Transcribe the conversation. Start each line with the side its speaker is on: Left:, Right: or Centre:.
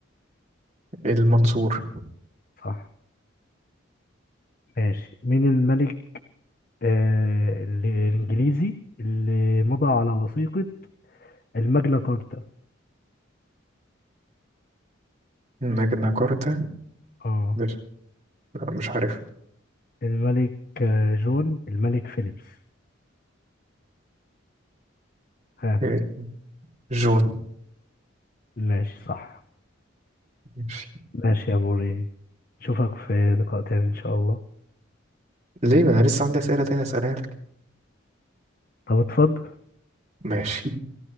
Right: المنصور
Left: صح ماشي مين الملك آه الإنجليزي اللي مضى على وثيقة الماجنا كارتا
Right: نجناكرتا
Left: اه
Right: مش لا مش عارف
Left: الملك آه، جون الملك فيليبس ها
Right: إيه، جون
Left: ماشي صح
Right: ماشي
Left: ماشي يا موري اشوفك في لقاء تاني ان شاء الله
Right: ليه ما أنا لسه عندي أسئلة تانية أسألها لك
Left: طب اتفضل
Right: ماشي